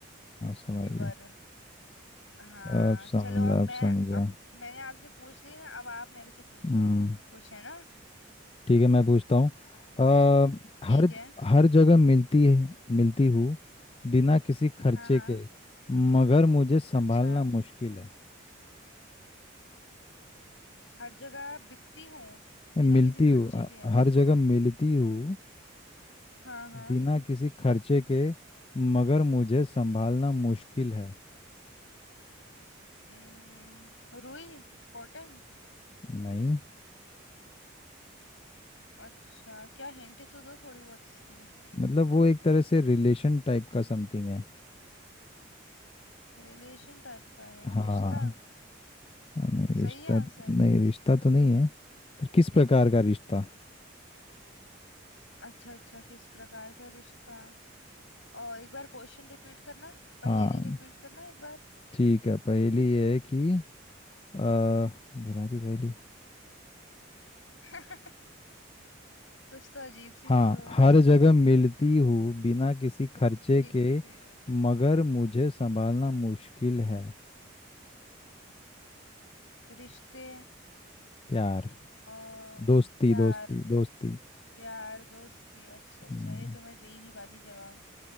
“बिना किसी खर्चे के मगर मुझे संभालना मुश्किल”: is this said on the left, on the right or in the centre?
Left